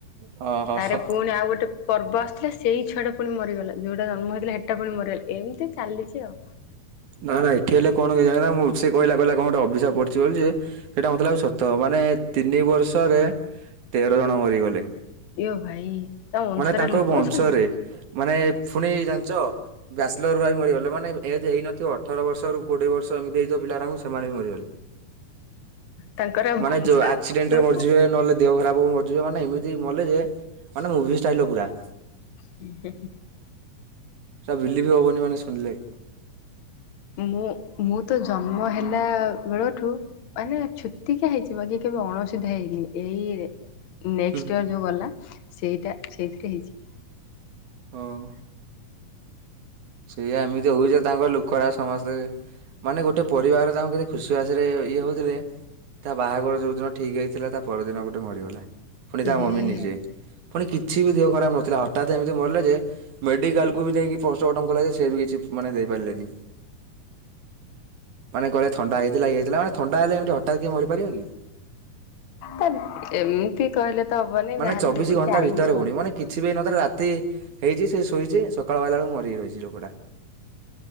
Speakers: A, on the right; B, on the left.
A: ଓହୋ
B: ତାରେ
A: ହୋ
B: ପୁଣି ଆଉ ଗୋଟେ। ପର୍ବ ଆସିଥିଲା ସେଇ ଛୁଆଟା ପୁଣି ମରିଗଲା ଯଉଟା ଜନ୍ମ ହେଇଥିଲା ହେଟା ପୁଣି ମରିଗଲା ଏମିତି ଚାଲିଛି ଆଉ।
A: ନା ନା ଏଠି ହେଲେ କଣ କେଜାଣା ଆମକୁ ସେ କହିଲା କହିଲା କଣ ଗୋଟେ ଅଭିଶାପ ପଡିଚି ବୋଲି ଯେ। ସେଇଟା ମତେ ଲାଗୁଚି ସତ ମାନେ ତିନି ବର୍ଷରେ। ତେର ଜଣ ମରିଗଲେ
B: ଇଏ ଭାଇ ତା ବଂଶରେ
A: ମାନେ ତାଙ୍କ
B: ଲୋକ
A: ବଂଶରେ।
B: ଅଛନ୍ତି
A: ମାନେ ଫୁଣି ଜାଣିଛ ବ୍ୟାଚଲର ଭାଇ ମରିଗଲେ ମାନେ ଏବେ ଏଜେ ହେଇନ ଥିବ ଅଠର ବର୍ଷରୁ କୋଡିଏ ବର୍ଷ ଏମିତି ହେଇଥିବ ପିଲାରାଙ୍କୁ ସେମାନେ ବି ମରିଗଲେ।
B: ତାଙ୍କର ବଂଶରେ
A: ମାନେ ଯୋଉ ଆକ୍ସିଡେଣ୍ଟରେ
B: ଲୋକ ଅଛନ୍ତି।
A: ମରିଯିବେ ନହେଲେ। ଦେହ ଖରାପ ହବ ମରିଯିବେ ମାନେ ଏମିତି ମଲେ ଯେ ମାନେ ମୁଭି ଷ୍ଟାଇଲର ପୁରା।
B: <inaudible>
A: ସେଟା ଭିଲିବି ବି ହବନି ମାନେ ଶୁଣିଲେ।
B: ମୁଁ ମୁଁ ତ ଜନ୍ମ ହେଲା ବେଳଠୁ ମାନେ ଛୁତିକା ହେଇଚି ବାକି କେବେ ଅଣଶୁଦ୍ଧିଆ ହେଇନି ଏଇରେ ନେଷ୍ଟ୍ଇୟର
A: ହୁଁ
B: ଯୋଉ ଗଲା ସେଇଟା ସେଇଥିରେ ହେଇଚି।
A: ହଉ। ସେଇଆ ଏମିତି ହଉଚି ଯେ ତାଙ୍କ ଲୋକରା ସମସ୍ତେ ମାନେ ଗୋଟେ ପରିବାର ତାଙ୍କୁ କେତେ ଖୁସିବାସି ରେ ଇଏ ହେଉଥିଲେ ତା ବାହାଘର ଯୋଉ ଦିନ ଠିକ୍ ହେଇଥିଲା ତା ପରଦିନ ଗୋଟେ ମରିଗଲା। ପୁଣି
B: ଏ
A: ତା
B: ହେ
A: ମମି ନିଜେ। ପୁଣି କିଛି ବି ଦେହ ଖରାପ ନଥିଲା ହଠାତ୍ ଏମିତି ମରିଲେ ଯେ ମେଡିକାଲକୁ ବି ନେଇକି ପୋ ଷ୍ଟ ମଟମ୍ କଲା ଯେ ସେ ବି କିଛି ମାନେ ଦେଇପାରିଲେନି ମାନେ କହେଲ ଥଣ୍ଡା ହେଇଥିଲା ଇଏ ହେଇଥିଲା ମାନେ ଥଣ୍ଡା ହେଲେ ଏମତିି ହଠାତ୍ କିଏ ମରିପାରିବ କି?
B: ତ ଏମିତି କହିଲେ ତ ହବନି
A: ମାନେ
B: ଯାହାର
A: ଚବିଶି
B: ଯେତିକି
A: ଘଣ୍ଟା
B: ଆୟୁଷ।
A: ଭିତରେ ପୁଣି ମାନେ କିଛି ବି ନଥିଲେ ରାତି ହେଇଚି ସେ ଶୋଇଚି ସକାଳୁ ପାଇଲା ବେଳକୁ ମରିକି ରହିଚି ଲୋକ ଟା।